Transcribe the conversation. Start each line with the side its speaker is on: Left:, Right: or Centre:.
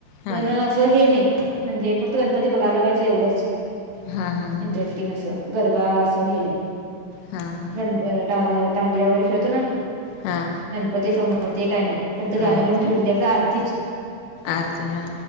Left: हा
Right: पण हे नाही म्हणजे फक्त गणपती बघायला पाहिजे एवढंच
Left: हा हा
Right: इंटरेस्टिंग
Left: हा
Right: असं. गरबा असं हे नाही.
Left: हा. हा..
Right: गण दांडिया वगैरे खेळतो ना,
Left: हा
Right: गणपती समोर ते काय नाही, फक्त
Left: नाही
Right: गाणी लावून
Left: काय
Right: ठेवलेली असतात आरतीच.
Left: आरती हा,